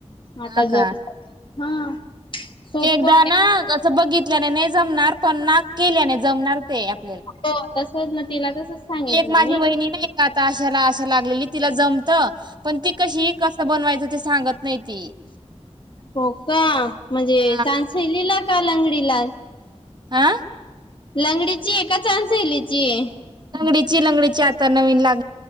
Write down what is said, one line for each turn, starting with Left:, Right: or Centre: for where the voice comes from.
Left: आता
Right: हा
Left: ज
Right: का
Left: हा सोप
Right: एकदा
Left: आहे
Right: ना असं बघितल्याने नाही जमणार पण ना केल्या नाही जमणार ते आपल्याला
Left: हो तसच ना तिला तसच सांगितलं
Right: एक माझी
Left: मी
Right: वहिणी नाही का आता अशाला लागलेली तिला जमत पण ती कशी कस बनवायचं ते सांगत नाही ती
Left: हो का म्हणजे
Right: हा
Left: चांसलीला का लंगडीला
Right: आा
Left: लंगडीची आहे का चछान शैलीची आहे
Right: ंगडीची लंगडीची आता नवीन लाग